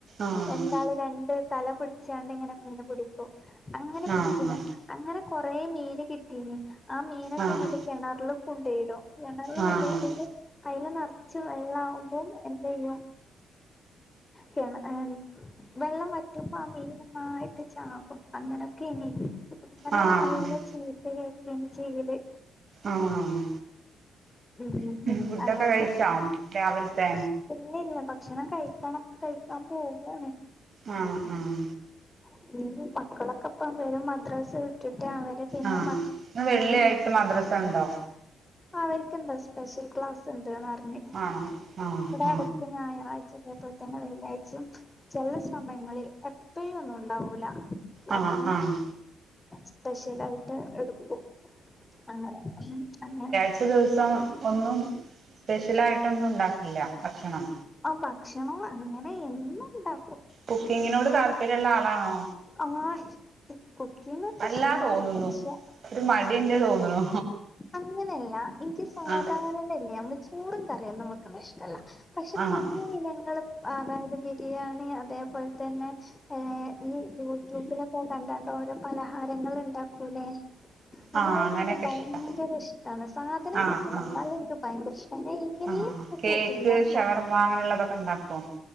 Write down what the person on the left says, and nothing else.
രണ്ടാള് രണ്ട് തല പിടിച്ചോണ്ടിങ്ങനെ മീന് പിടി ക്കും അങ്ങനെ
പിടിച്ചേന്ന് അങ്ങനെ കൊറെ മീന് കിട്ടീനി ആ മീനൊക്കെ
അങ്ങേട്ട് കിണറില് കൊണ്ടൊയിടും കിണറിൽ
കൊണ്ടൊയിടുമ്പം. അതില് നെറച്ച് വെള്ള അവുമ്പോം എന്ത് ചെയ്യും. കെണ ഏം വെള്ളം വറ്റുമ്പോ ആഹ് മീൻ നന്നായിട്ട് ചാകു അങ്ങനെയൊക്കെയനി കുടും ഉമ്മനോട്
നല്ല
ചീത്ത കേക്കലാണ് ചെയ്യല്.
ഉം ഉം
അങ്ങനത്തെ
ഇല്ല ഇല്ല ഭക്ഷണം കഴിക്കണം കഴിക്കാൻ പോവാണ്.
<unintelligible> മക്കളൊക്ക ഇപ്പം വരും മദ്രസ വിട്ടിട്ട് അവര് പിന്നെ
അവെരെക്കെന്തോ സ്പെഷ്യൽ ക്ലാസ്സ് എന്തോന്നറിഞ്ഞ്
ഇവെടെ
അടുത്ത് ഞായറാഴ് ചെലപ്പോ തന്നെ വെള്ളിയാഴ്ച്ച ചെല സമയങ്ങളിൽ എപ്പയുമൊന്ന് ഉണ്ടാവൂല
അപ്പം
സ്പെഷ്യലായിട്ട് എടുക്കും അങ്ങനെ ഒന്നും അല്ല
ആ ഭക്ഷണം അങ്ങനെ എന്നും ഉണ്ടാ
ആഹ് കുക്കിങ്ങൊക്കെ
ഇഷ്ടവാണ്
പക്ഷെ
അങ്ങനെയല്ല എനിക്ക് സാധാരണയല്ലേ
മ്മള് ചോറും കറിയൊന്നും വെക്കണയിഷ്ടല്ല പക്ഷെ
പുതിയിനങ്ങള് അതായത് ബിരിയാണി അതേപോൽ തന്നെ ഏഹ് ഈ യൂട്യൂബിലൊക്കെ കണ്ടാണ്ട് ഓരോ പലഹാരങ്ങള് ഉണ്ടാക്കൂലേ അതിനോടെനിക്ക്
ഭയങ്കര
ഇഷ്ടാണ്. സാധനം
കിട്ടണം
എന്നാല് എനിക്ക് ഭയങ്കര ഇഷ് എന്നെ
<unintelligible>
കൂട്ടീലപ്പോ